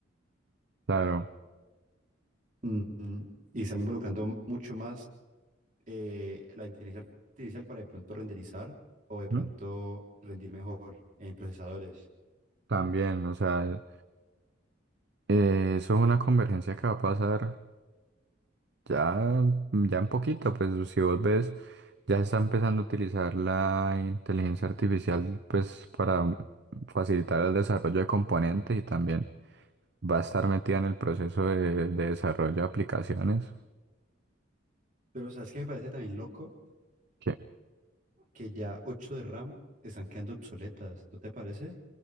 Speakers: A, on the right; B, on the right.
A: claro,
B: mm, mm, y están involucrando mucho más eh, la inteligencia artificial para de pronto renderizar o de pronto
A: ¿Mm?
B: rendir mejor en procesadores.
A: también, o sea, eh, eso es una convergencia que va a pasar ya, ya en poquito, pues si vos ves, ya se está empezando a utilizar la inteligencia artificial, pues para facilitar el desarrollo de componentes y también va a estar metida en el proceso de, de desarrollo de aplicaciones.
B: Pero ¿sabes qué me parece también loco?
A: Que
B: Que ya 8 de RAM están quedando obsoletas, ¿no te parece?